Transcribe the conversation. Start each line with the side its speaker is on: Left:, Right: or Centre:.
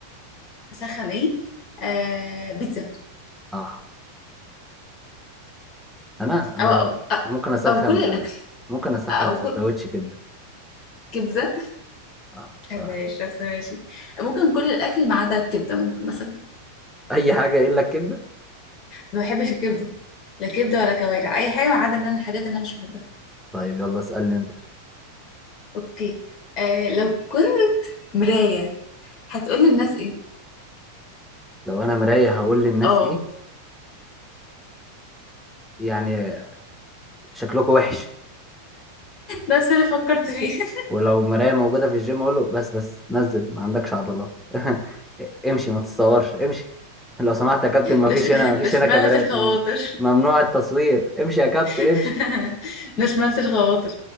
Left: اسخن ايه آه بيتزا
Centre: اه انا انا
Left: او او,
Centre: ممكن اسخن
Left: أو كل الاكل
Centre: آه، ممكن اسخن
Left: او
Centre: سندوتش
Left: كل
Centre: كبده
Left: كبده
Centre: اه بصراحه
Left: ما بحبهاش بس ماشي ممكن كل الاكل ما عدا الكبده ممكن مثلا
Centre: <laughs> اي حاجه الا الكبده
Left: ما بحبش الكبده لا كبده ولا كوارع اي حاجه ما عدا ان انا الحاجات اللي انا مش بحبها
Centre: طيب يلا اسالني انت
Left: اوكي آه لو كنت مرايه هتقول للناس ايه
Centre: لو انا مرايه هقول للناس
Left: اه
Centre: ايه يعني شكلكوا وحش
Left: نفس اللي فكرت فيه <laughs>
Centre: ولو مراية موجودة في الجيم أقول له بس بس نزل ما عندكش عضلات <laughs> امشي ما تتصورش امشي لو سمحت يا كابتن ما
Left: ده
Centre: فيش
Left: ش...
Centre: هنا ما فيش
Left: ده شمالة
Centre: هنا كاميرات
Left: الخواطر
Centre: مم... ممنوع التصوير امشي يا كابتن
Left: <laughs>
Centre: امشي
Left: ده شمالة الخواطر